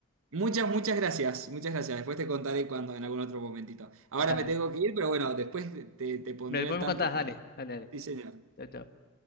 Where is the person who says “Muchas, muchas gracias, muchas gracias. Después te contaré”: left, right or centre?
Right